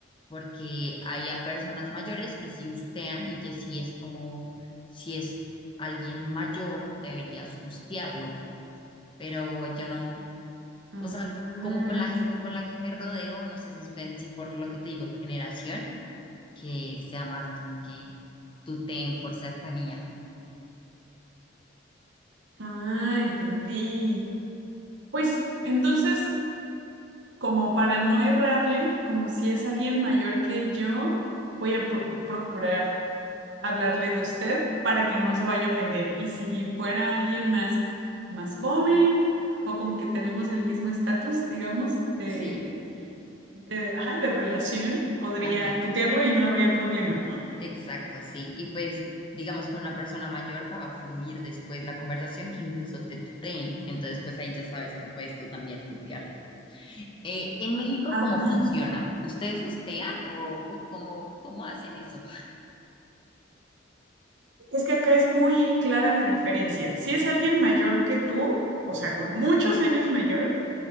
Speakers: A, on the left; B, on the right.
A: porque hay a personas mayores que sí hustean y que sí es como, si es alguien mayor, deberías hustearlo, pero yo no,
B: Ah,
A: o sea, como con la gente con la que me rodeo, no sé si es pen- si por lo que te digo, generación, que sea más como que tuteen por cercanía.
B: ah, entendí. Pues entonces como para no errarle, como si es alguien mayor que yo, voy a pro- procurar hablarle de usted para que no se vaya a ofender. Y si fuera alguien más, más joven o como que tenemos el mismo estatus, digamos, de,
A: Sí,
B: de, ajá, de relación, podría
A: ajá,
B: tutearlo y no habría problema, ¿no?
A: exacto, sí. Y pues, digamos, con una persona mayor va a fluir después la conversación que incluso te tuteen, entonces pues ahí ya sabes que puedes tú también tutear. Eh, en México,
B: Ah,
A: ¿cómo funciona? ¿Ustedes hostean o, o cómo, cómo hacen eso?
B: es que acá es muy clara la diferencia. Si es alguien mayor que tú, o sea, como muchos años mayor,